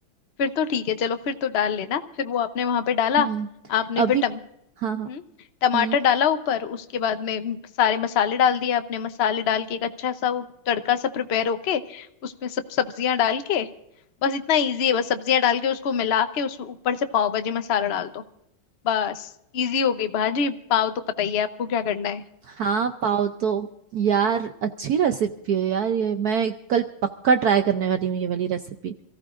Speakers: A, on the left; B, on the right.
A: फिर तो ठीक है चलो फिर तो डाल लेना फिर वो आपने वहां पे डाला
B: हम्म
A: आपने फिर
B: अभी
A: टम
B: हाँ हाँ
A: हम्म, टमाटर
B: हम्म
A: डाला ऊपर उसके बाद में म- सारे मसाले डाल दिए आपने मसाले डाल के एक अच्छा सा वो तड़का सा प्रिपेयर होके उसमें सब सब्जियां डाल के बस इतना इजी है बस सब्जियां डाल के उसको मिला के उस ऊपर से पाव भाजी मसाला डाल दो बस इजी हो गई भाजी पाव तो पता ही है आपको क्या करना है
B: हाँ पाव तो यार अच्छी रेसिपी है यार ये मैं कल पक्का ट्राई करने वाली हूँ ये वाली रेसिपी